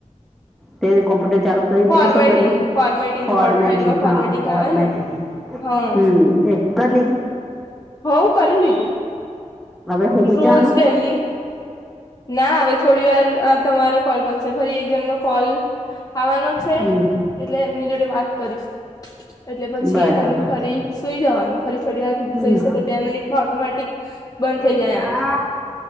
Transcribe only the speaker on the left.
ફોર્મેટિંગ
ફોર્મેટિંગ
વર્ડ ફાઇલમાં
ફોર્મેટિંગ
આવે ને હા
હોઅ કરી લીધું.
રોજ
ડહેલી ના હવે થોડી વાર આ તમારો કોલ, ફરી પછી એક જણનો કોલ આવાનો છે
એટલે એમની જોડે વાત કરીશ. એટલે પછી
એ કરીને ફરી સુઈ જવાનું. ફરી થોડી વાર
જોઈશુ કે બે મિનિટમાં ઓટોમેટિક બંધ
થઈ જાય આંખ